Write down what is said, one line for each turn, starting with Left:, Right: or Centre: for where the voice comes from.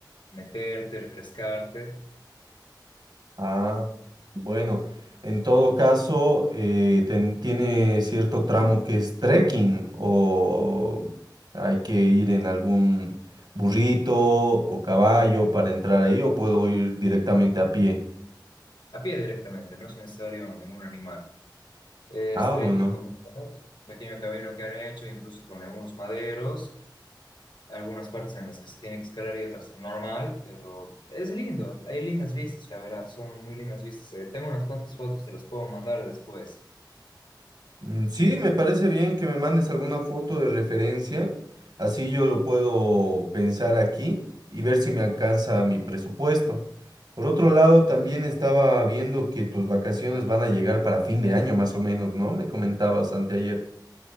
Left: meterte, refrescarte,
Right: Ah. Bueno, en todo caso, eh, ten- tiene cierto tramo que es trekking o hay que ir en algún burrito o caballo para entrar ahí o puedo ir directamente a pie.
Left: a pie directamente, no es necesario ningún animal. Es
Right: Ah,
Left: trekking
Right: bueno.
Left: como tal, es un pequeño camino que han hecho, incluso con algunos maderos. algunas partes en las que se tiene que escalar y otras normal, pero es lindo. Hay lindas vistas, la verdad, son muy lindas vistas. Eh, tengo unas cuantas fotos, te las puedo mandar después.
Right: Mm, Sí, me parece bien que me mandes alguna foto de referencia, así yo lo puedo pensar aquí y ver si me alcanza mi presupuesto. Por otro lado, también estaba viendo que tus vacaciones van a llegar para fin de año más o menos, ¿no? Me comentabas anteayer.